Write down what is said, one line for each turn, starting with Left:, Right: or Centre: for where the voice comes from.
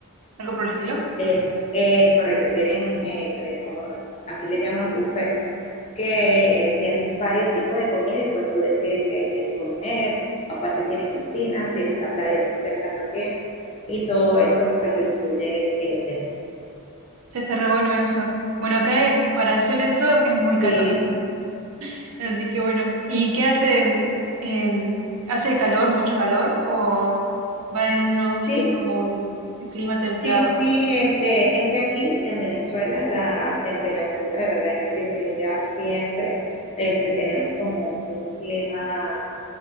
Right: algo por el estilo.
Left: es, es correcto. Tienen eh, eh, como aquí le llaman buffet que tienes varios tipos de comida y pues tú decides qué quieres comer. Aparte tiene piscinas, tienes la playa muy cerca también y todo eso pues lo incluye el hotel.
Right: Ya está re bueno eso. Bueno, acá eh, para hacer eso es muy
Left: Sí,
Right: caro, <laughs> así que bueno. ¿Y qué hace? Em, ¿hace calor, mucho calor? ¿O van en una onda
Left: sí,
Right: así como un clima templado?
Left: Sí, sí, este, es que aquí en Venezuela la temperatura de verdad es privilegiada siempre. Este, tenemos como un clima